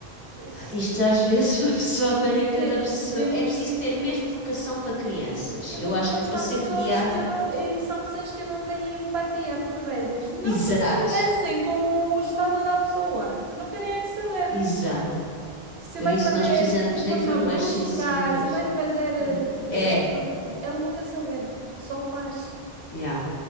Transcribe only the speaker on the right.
es-
Sim,
sim,
sim.
E
depois
são
pessoas
que não, e são pessoas que não têm empatia por vezes. Não
se compadecem com o estado da pessoa. Não querem nem saber
se
vai
fazer
de
forma
brusca,
se vai fazer. eh,
eh, Ele não quer saber. Só faz.